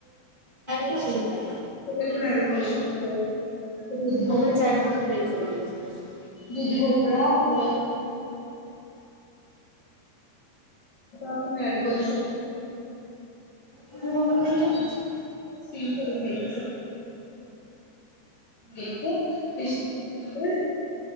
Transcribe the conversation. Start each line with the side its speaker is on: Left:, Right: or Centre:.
Right: का
Left: काही पण डू करू शकतो दुध भोप
Right: आपण चार दिवसाला विचारू याची गोष्ट
Left: दुदी गोपळा असलं आपण ऍड करू शकतो
Right: ह <inaudible>
Left: स्िम करून घ्याय त स घ म्ह